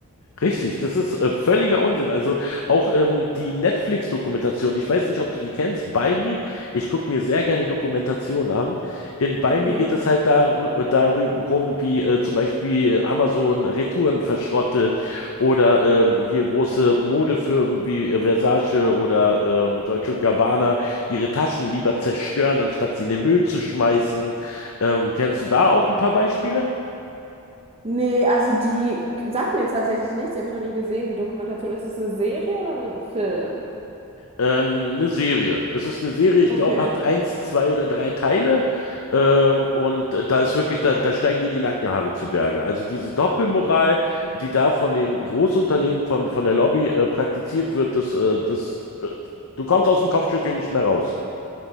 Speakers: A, on the left; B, on the right.
A: Richtig, das ist äh, völliger Unsinn. Also auch ähm, die Netflix-Dokumentation, ich weiß nicht, ob du die kennst, By Me, ich gucke mir sehr gerne Dokumentationen an. In By
B: Mhm.
A: Me geht es halt darü- darum, wie äh, zum Beispiel Amazon Retouren verschrottet oder ähm, hier große Modefirmen wie äh, Versace oder ähm, Deutsche und Gabbana ihre Taschen lieber zerstören, anstatt sie in den Müll zu schmeißen. Ähm, kennst
B: Mhm.
A: du da auch ein paar Beispiele?
B: Nee, also die sagt mir jetzt tatsächlich nichts, die habe ich noch nie gesehen, die Dokumentation. Ist das eine Serie oder ein Film?
A: Ähm, eine Serie. Es ist eine Serie, ich
B: Okay.
A: glaube, hat eins, zwei oder drei Teile. Ähm, und da ist wirklich, da, da steigen dir die Nackenhaare zu Berge. Also diese Doppelmoral, die da von den Großunternehmen, von, von der Lobby äh, praktiziert wird, das, äh, das, äh, du kommst aus dem Kopfschütteln nicht mehr raus.